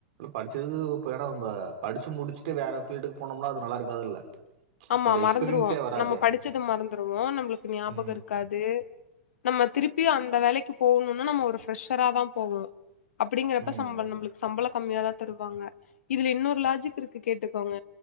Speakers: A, on the right; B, on the left.
A: படிச்சது இப்ப ஏன்னா படிச்சு முடிச்சு ட்டு வேற ஃபில்டுக்கு போனம்னா அது நல்ல இருக்காதுல்ல
B: ஆமா
A: ஒரு
B: மறந்துருவோ
A: எக்ஸ்பீரியன்ஸே வராதே!
B: நம்ம படிச்சது மறந்துருவோ நம்மளுக்கு ஞாபகோ
A: ம்.
B: இருக்காது நம்ம திருப்பியு அந்த வேலைக்கு போவுணும்னா நம்ம ஒரு ஃப்ரெஷரா தா போணு அப்படிங்கிறப்ப
A: ம்.
B: சம்பளோ நம்மளுக்கு சம்பளோ கம்மியாதா தருவாங்க இதுல இன்னொரு லாஜிக் இருக்கு கேட்டுக்கோங்க